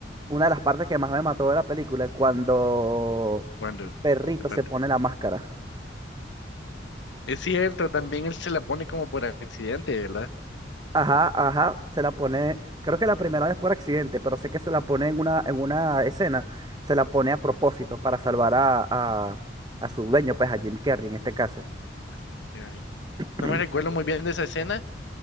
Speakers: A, on the right; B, on the left.
A: una de las partes que más me mató de la película? Cuando
B: Cuando,
A: el perrito
B: espérate.
A: se pone la máscara.
B: Es cierto, también él se la pone como por accidente, ¿verdad?
A: Ajá, ajá, se la pone, creo que la primera vez por accidente, pero sé que se la pone en una, en una escena, se la pone a propósito para salvar a, a, a su dueño, pues a Jim Carrey en este caso.
B: Ay, qué ay.
A: <clears throat>
B: No me recuerdo muy bien de esa escena.